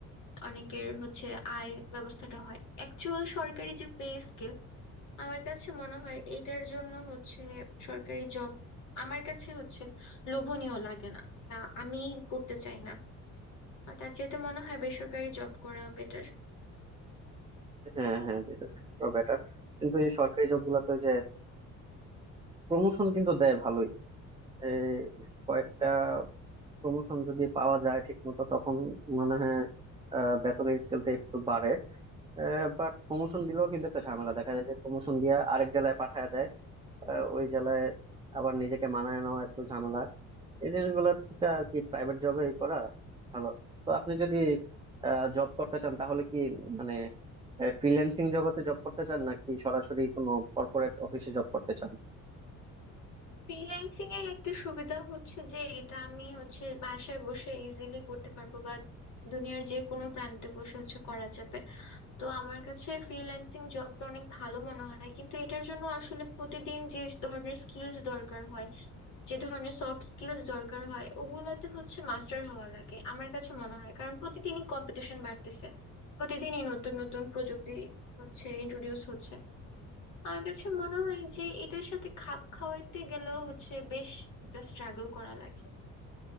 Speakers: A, on the left (about 65°); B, on the right (about 15°).
A: অনেকের হচ্ছে আয় ব্যবস্থাটা হয় অ্যাকচুয়াল সরকারি যে পে স্কেল আমার কাছে মনে হয় এটার জন্য হচ্ছে সরকারি জব আমার কাছে হচ্ছে লোভনীয় লাগে না বা আমি করতে চাই না আর তার চাইতে মনে হয় বেসরকারি জব করা বেটার
B: হ্যাঁ হ্যাঁ দেশে থাকা বেটার কিন্তু এই সরকারি জব গুলাতে যে প্রমোশন কিন্তু দেয় ভালোই এই কয়েকটা প্রমোশন যদি পাওয়া যায় ঠিক মতো তখন মানে হয় আহ, বেতনের স্কেলটা একটু বাড়ে বাট প্রমোশন দিলেও কিন্তু একটা ঝামেলা দেখা যায় যে প্রমোশন দিয়ে আরেক জেলায় পাঠায় দেয় আহ, ওই জেলায় আবার নিজেকে মানায় নেওয়া একটু ঝামেলা এই জিনিসগুলো থেকে আর কি প্রাইভেট জবে করা ভালো তো আপনি যদি জব করতে চান তাহলে কি মানে ফ্রিল্যান্সিং জগতে জব করতে চান নাকি সরাসরি কোনো কর্পোরেট অফিসে জব করতে চান
A: ফ্রিল্যান্সিং এর একটা সুবিধা হচ্ছে যে এটা আমি হচ্ছে বাসায় বসে ইজিলি করতে পারবো বা দুনিয়ার যে কোনো প্রান্তে বসে হচ্ছে করা যাবে তো আমার কাছে ফ্রিল্যান্সিং জবটা অনেক ভালো মনে হয় কিন্তু এটার জন্য আসলে প্রতিদিন যে ধরনের স্কিলস দরকার হয় যে ধরনের সফট স্কিলস দরকার হয় ওগুলাতে হচ্ছে মাস্টার হওয়া লাগে আমার কাছে মনে হয় কারণ প্রতিদিনই কম্পিটিশন বাড়তেছে প্রতিদিনই নতুন নতুন প্রযুক্তি হচ্ছে ইন্ট্রোডিউস হচ্ছে আমার কাছে মনে হয় যে এটার সাথে খাপ খাওয়াইতে গেলেও হচ্ছে বেশ একটা স্ট্রাগল করা লাগে